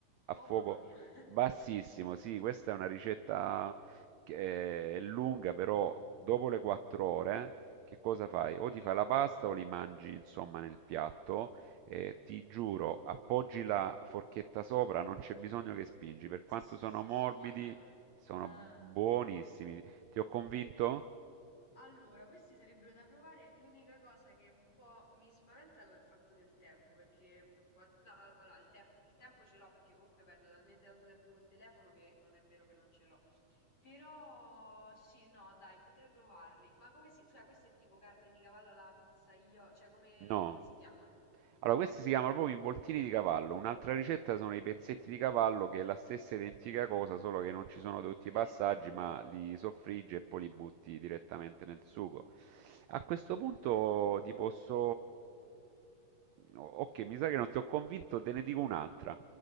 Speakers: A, on the right; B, on the left.
A: a fuoco
B: Oh, mamma mia. <laughs>
A: Bassissimo, sì, questa è una ricetta che è lunga, però dopo le 4 ore, che cosa fai? O ti
B: Sì,
A: fai la pasta o li mangi, insomma, nel piatto. eh, ti giuro, appoggi la forchetta sopra, non c'è bisogno che spingi. Per quanto
B: si, s-
A: sono
B: si
A: morbidi,
B: squagliano.
A: sono
B: Ah.
A: buonissimi. Ti ho convinto?
B: Allora, questi sarebbero da provare. L'unica cosa che un po' mi spaventa è il fatto del tempo, perché qua- no, a- allora, il, te- il tempo ce l'ho perché comunque perdo talmente tanto tempo col telefono che non è vero che non ce l'ho. Però sì, no, dai, potrei provarli. Ma come si, cioè, questo è tipo carne di cavallo alla pizza io, cioè come,
A: No.
B: come si chiama?
A: Allora, questi si chiamano proprio involtini di cavallo. Un'altra ricetta sono i pezzetti di cavallo, che è la stessa identica cosa, solo che non ci sono tutti
B: Ok,
A: i passaggi, ma li soffriggi e poi li butti direttamente nel sugo. A questo
B: ok,
A: punto
B: ok.
A: ti posso... Ok, mi sa che non ti ho convinto, te ne dico un'altra.